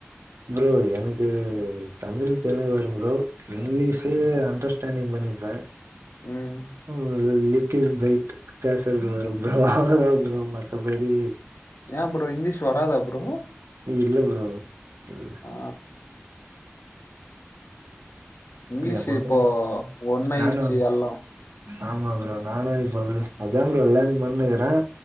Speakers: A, on the right; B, on the left.
A: ப்ரோ எனக்கு தமிழ் தெலுங்கு வரும் ப்ரோ இங்கிலீஷு அண்டர்ஸ்டாண்டிங் பண்ணிப்பேன்
B: ம்
A: <unintelligible> <unintelligible> பைட் பேசறது வரும் ப்ரோ அவ்ளோதான் ப்ரோ மத்தபடி
B: ஏன் ப்ரோ இங்க்லீஷ் வராதா ப்ரோ
A: இல்ல ப்ரோ ஆஹ
B: ஆ இங்கிலீஷ்
A: எப்பவுமே
B: இப்போ ஒண்ணாயிடுச்சு
A: நானு
B: எல்லாம்
A: ஆமா ப்ரோ நானும் இப்ப அதா அதான் லேண்ட் பண்ணுக்கிறேன்